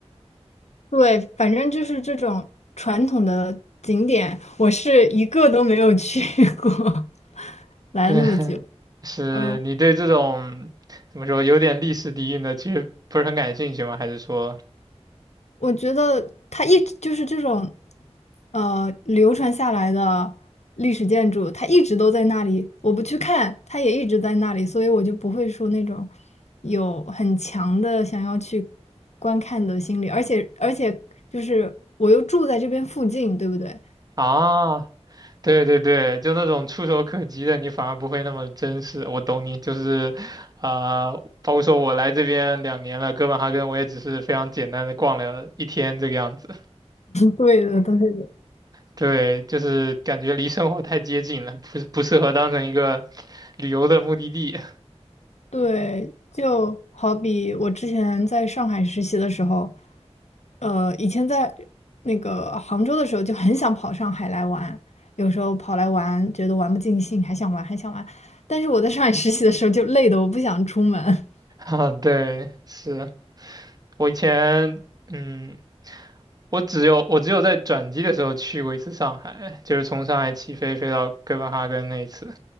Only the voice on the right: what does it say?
对，<laughs> 是你对这种怎么说有点历史底蕴的，
其实不是很感兴趣吗？还是说
啊，对对对，就那种触手可及的，你反而不会那么真实。我懂你，就是啊，包括说我来这边两年了，哥本哈根我也只是非常简单的逛了一天这个样子。
对，就是感觉离生活太接近了，不是不适合当成一个旅游的目的地
<laughs> 啊。对，是我以前。嗯，我只有我只有在转机的时候去过一次上海，就是从上海起飞飞到哥本哈根那一次，